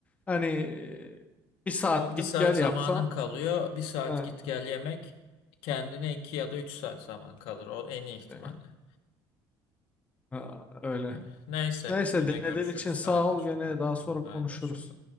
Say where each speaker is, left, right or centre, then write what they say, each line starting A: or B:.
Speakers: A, on the left (about 15°); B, on the left (about 75°).
A: Hani e, bir saat
B: 6
A: git
B: saat
A: gel
B: zamanın
A: yapsan
B: kalıyor. Bir saat
A: ha,
B: git gel yemek. Kendine 2 ya da 3 saat zaman kalır. O en iyi ihtimalle.
A: ne- ha, öyle.
B: Öyle. Neyse
A: Neyse
B: yine
A: dinlediğin
B: görüşürüz.
A: için sağ
B: Haydi
A: ol
B: hoşça
A: gene
B: kal.
A: daha
B: Yine
A: sonra
B: haydi
A: konuşuruz.
B: hoşça kal.